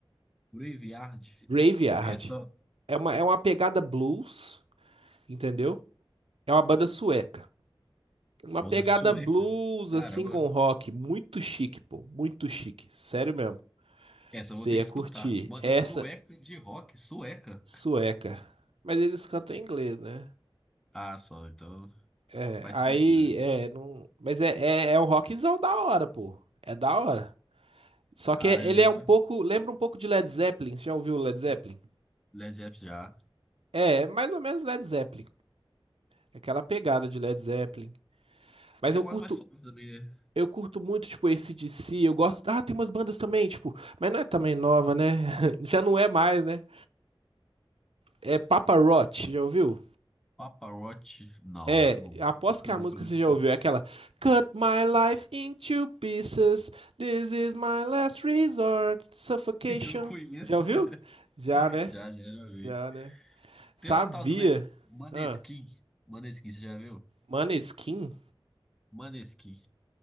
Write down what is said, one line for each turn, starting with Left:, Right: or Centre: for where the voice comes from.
Centre: Graveyard,
Right: Graveyard
Centre: essa
Right: é uma, é uma pegada blues, entendeu? É uma banda sueca. Uma
Centre: banda
Right: pegada
Centre: sueca,
Right: blues,
Centre: caramba,
Right: assim, com rock. Muito chique, pô. Muito chique. Sério mesmo.
Centre: essa
Right: Você
Centre: eu vou ter
Right: ia
Centre: que
Right: curtir.
Centre: escutar. Banda
Right: Essa
Centre: sueca de rock, sueca.
Right: sueca. Mas eles cantam em inglês, né?
Centre: Ah, só, então
Right: É,
Centre: faz
Right: aí,
Centre: sentido.
Right: é, não... Mas é, é, é um rockzão da hora, pô. É da hora. Só que
Centre: Ah,
Right: ele
Centre: eu ainda,
Right: é um pouco... Lembra um pouco de Led Zeppelin. Você já ouviu Led Zeppelin?
Centre: Led Zeppelin já.
Right: É, é mais ou menos Led Zeppelin. Aquela pegada de Led Zeppelin. Mas
Centre: Tem
Right: eu
Centre: umas
Right: curto,
Centre: mais suaves também, né?
Right: Eu curto muito, tipo, esse AC/DC, eu gosto. Ah, tem umas bandas também, tipo, mas não é também nova, né? <laughs> Já não é mais, né? É Papa Roach, já ouviu?
Centre: Papa Roach, não,
Right: É,
Centre: isso nunca,
Right: aposto
Centre: nunca,
Right: que a
Centre: nunca,
Right: música
Centre: nunca.
Right: você já ouviu,
Centre: <laughs>
Right: é aquela Cut my life into pieces, this is my last resort, suffocation.
Centre: Então eu conheço,
Right: Já ouviu? Já,
Centre: <laughs>
Right: né?
Centre: já, já, já vi.
Right: Já, né? Sabia.
Centre: Tem uma tal também, Maneskin.
Right: Ah,
Centre: Maneskin, você já viu?
Right: Maneskin?
Centre: Maneskin.